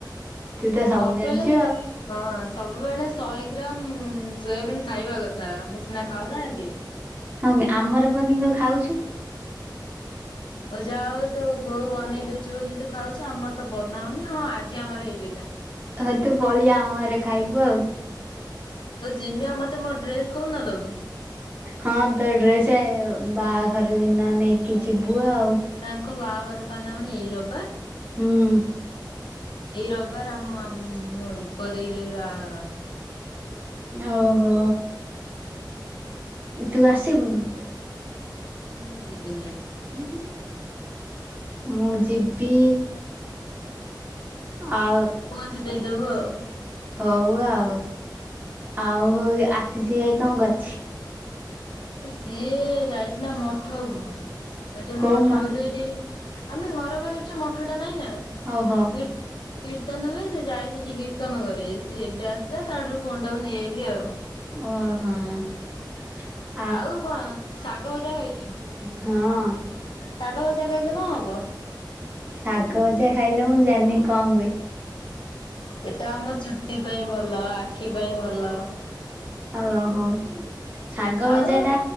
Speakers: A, on the right; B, on the left.
A: ତୁ ତ ସବୁ
B: ସବୁବେଳେ
A: ଜାଣିଛୁ ଆଉ
B: ହଁ ସବୁବେଳେ ଶହେ ଗ୍ରାମ ସୋୟାବନ୍ ଖାଇବା କଥା ଆମେ ସିନା ଖାଉନାହାନ୍ତି।
A: ହଁ କି ଆମର ପାଇଁ କିନ୍ତୁ ଖାଉଚି।
B: ଓ ଯା ହଉ ତୋ ବୋଉ ବନେଇ ଦଉଚି ବୋଲି ତୁ ଖାଉଚୁ ଆମର ତ ବନା ହଉନି ହଁ ଆଜି ଆମର ହେଇଥିଲା।
A: ହ ତୁ ପଲେଇ ଆ ଆମ ଘରେ ଖାଇବୁ ଆଉ।
B: ହଉ ଜିମିଆ ମତେ ମୋ ଡ୍ରେସ କଉଦିନ ଦବୁ।
A: ହଁ ତ ଡ୍ରେସ ବାହାଘର ଦିନ ନେଇକି ଯିବୁ ଆଉ।
B: ତାଙ୍କ ବାହାଘର ପା ନା କଣ ଏଇ ରଵିବାର?
A: ହୁଁ। ହ <unintelligible>
B: ଏଇ ରଵିବାର ଆମ ଆମ ରୂପଦେଇରେ ବାହାଘର।
A: ଓହୋ ତୁ ଆସିବୁନୁ?
B: ମୁଁ ଯିବିି ନାଇଁ।
A: ହୁଁ। ମୁଁ ଯିବି ଆଉ
B: ତୁ ଦେଇଦବୁ ଆଉ।
A: ହଉ ଆଉ ଆଉ ଆଶିସି ଭାଇ କଣ କରୁଚି?
B: ସିଏ ଯାଇଥିଲା ମଠ କୁ ସେଠେ
A: କୋଉ
B: ମଠରେ
A: ମ
B: ବୋଧେଇ ଟିକେ ଆମେ ଘର ପାଖରେଛ ମଠ ଟା ନାଇଁ ନା?
A: ହଁହଁ। <unintelligible>
B: ହ <unintelligible> କୀର୍ତ୍ତନ ହୁଏ ସେ ଯାଏ ସେଠି କୀର୍ତ୍ତନ କରି ସିଏ ଏବେ ଆସିଲା ତାଠୁ ଫୋନଟାକୁ ନେଇ ଆଇଲି ଆଉ।
A: ଅ ହଁ।
B: ଆଉ କଣ ଶାଗ ଭଜା ଖାଇଥିଲୁ?
A: ହଁ।
B: ଶାଗ ଭଜା ଖାଇଲେ କଣ ହବ?
A: ଶାଗ ଭଜା ଖାଇଲେ ମୁଁ ଜାଣିନି କଣ ହୁଏ।
B: ଏଟା ଆମ ଚୁଟି ପାଇଁ ଭଲ ଆଖି ପାଇଁ ଭଲ।
A: ଓହୋ ଶାଗ
B: ଆଉ
A: ଭଜା ଟା